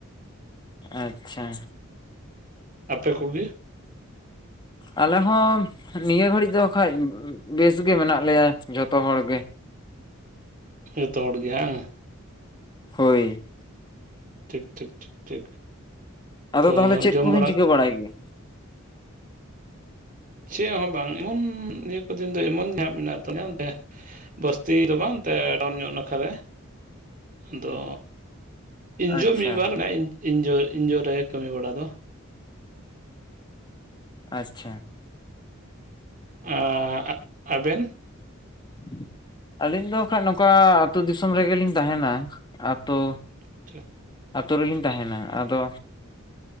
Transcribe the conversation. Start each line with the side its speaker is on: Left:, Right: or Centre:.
Left: ᱟᱪᱪᱷᱟ
Right: ᱟᱯᱮ ᱠᱚᱜᱮ?
Left: ᱟᱞᱮ ᱦᱚᱸ ᱱᱤᱭᱟᱹ ᱜᱷᱟᱹᱲᱤᱡ ᱫᱚ ᱦᱟᱸᱜ ᱠᱷᱟᱡᱽ ᱵᱮᱥ ᱜᱮ ᱢᱮᱱᱟᱜ ᱞᱮᱭᱟ ᱡᱷᱚᱛᱚ ᱦᱚᱲ ᱜᱮ,
Right: ᱡᱷᱚᱛᱚ ᱦᱚᱲ ᱜᱮ ᱦᱟᱝ,
Left: ᱦᱳᱭ,
Right: ᱴᱷᱤᱠ ᱴᱷᱤᱠ ᱴᱷᱤᱠ ᱴᱷᱤᱠ,
Left: ᱟᱫᱚ
Right: ᱛᱚ
Left: ᱛᱟᱦᱚᱞᱮ ᱪᱮᱫ
Right: ᱡᱚᱢ
Left: ᱠᱚᱵᱤᱱ
Right: ᱵᱟᱲᱟ
Left: ᱪᱤᱠᱟᱹ ᱵᱟᱲᱟᱭ ᱜᱮᱭᱟ?
Right: ᱪᱮᱫ ᱦᱚᱸ ᱵᱟᱝ ᱮᱢᱚᱱ ᱱᱤᱭᱟᱹ ᱠᱚ ᱫᱤᱱ ᱫᱚ ᱮᱢᱚᱱ ᱡᱟᱦᱟᱸ ᱢᱮᱱᱟᱜ ᱛᱟᱞᱮᱭᱟ ᱵᱟᱹᱥᱛᱤ ᱫᱚ ᱵᱟᱝ ᱮᱱᱛᱮ ᱰᱚᱱ ᱧᱚᱜ ᱱᱟᱠᱷᱟᱨᱮ ᱟᱫᱚ ᱤᱧ ᱡᱚ
Left: ᱟᱪᱪᱷᱟ
Right: ᱢᱤᱫ ᱵᱟᱨ ᱤᱧ ᱡᱳ ᱤᱧ ᱡᱳ ᱨᱮ ᱠᱟᱹᱢᱤ ᱵᱟᱲᱟ ᱫᱚ,
Left: ᱟᱪᱪᱷᱟ,
Right: ᱟ ᱟᱵᱮᱱ
Left: <unintelligible> ᱟᱹᱞᱤᱧ ᱫᱚ ᱱᱟᱠᱷᱟᱡᱽ ᱱᱚᱝᱠᱟ ᱟᱹᱛᱩ ᱫᱤᱥᱚᱢ ᱨᱮᱜᱮ ᱞᱤᱧ ᱛᱟᱦᱮᱱᱟ ᱟᱛᱳ
Right: <unintelligible>
Left: ᱟᱛᱩ ᱨᱮᱞᱤᱧ ᱛᱟᱦᱮᱱᱟ ᱟᱫᱚ